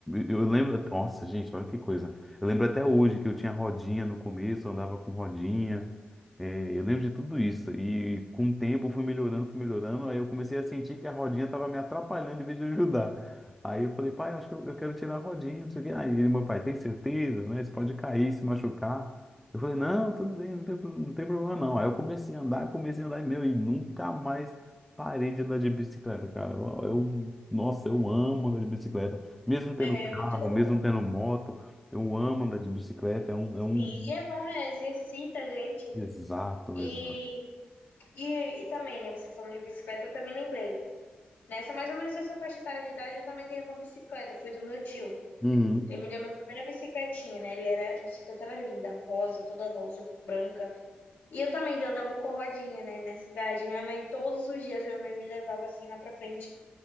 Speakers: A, in the centre; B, on the left.
A: eu lembro, nossa, gente, olha que coisa. Eu lembro até hoje que eu tinha rodinha no começo, eu andava com rodinha. É, eu lembro de tudo isso. E com o tempo eu fui melhorando, fui melhorando. Aí eu comecei a sentir que a rodinha estava me atrapalhando em vez de ajudar. Aí eu falei, pai, eu acho que eu, eu quero tirar a rodinha, não sei o quê. Aí ele, meu pai, tem certeza, né? Você pode cair, se machucar. Eu falei, não, tudo bem, não tem, pro- não tem problema não. Aí eu comecei a andar, comecei a andar e meu, e nunca mais parei de andar de bicicleta, cara. Eu, eu- nossa, eu amo andar de bicicleta. Mesmo tendo
B: É
A: carro,
B: muito louco.
A: mesmo tendo moto, eu amo andar de bicicleta. É um, é um
B: Sim, e é bom, né? Exercita a gente.
A: Exato,
B: E,
A: exato.
B: e, e também, né? Você falando de bicicleta, eu também lembrei. Nessa mais ou menos essa faixa etária de idade, eu também ganhei uma bicicleta. Fui do meu tio.
A: Uhum.
B: Ele me deu minha primeira bicicletinha, né? Ele era, a bicicleta era linda, rosa, toda rosa, branca. E eu também andava com rodinha, né? Nessa idade. Minha mãe, todos os dias, minha mãe me levava assim lá pra frente.